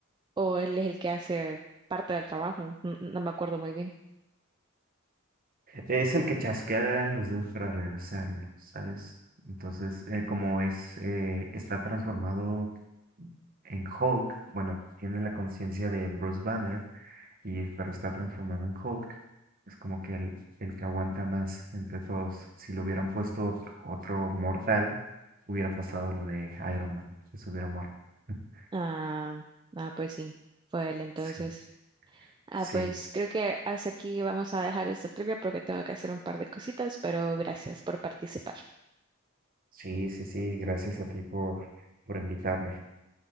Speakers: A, on the right; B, on the right.
A: o él es el que hace parte del trabajo, no, N- no me acuerdo muy bien.
B: Es el que chasquea los dedos para regresarlo, ¿sabes? Entonces, eh, como es, eh, está transformado en Hulk, bueno, tiene la conciencia de Bruce Banner, y, pero está transformado en Hulk, es como que el, el que aguanta más entre todos. Si lo hubieran puesto otro, otro mortal, hubiera pasado lo de Iron Man, que se hubiera muerto. <laughs>
A: Ah, ah, pues sí, fue él entonces.
B: Sí,
A: Ah,
B: sí,
A: pues creo que hasta aquí vamos a dejar esta trivia porque tengo que hacer un par de cositas, pero gracias por participar.
B: sí, sí, sí, gracias a ti por, por invitarme.